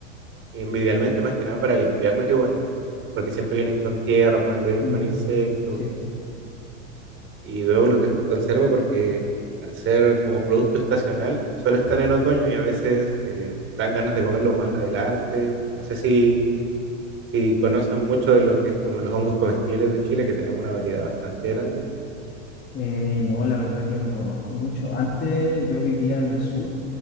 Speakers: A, on the right; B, on the left.
A: y idealmente más que nada para limpiarlos igual, porque siempre vienen con tierra, pueden venir
B: Mm,
A: con insectos
B: sí, pues.
A: y luego los dejo en conserva porque al ser como producto estacional solo están en otoño y a veces eh, dan ganas de comerlo más adelante. No sé si si conocen mucho de lo que es como los hongos comestibles de Chile, que tenemos una variedad bastante grande,
B: Eh, no, la verdad que no conozco mucho. Antes yo vivía en el sur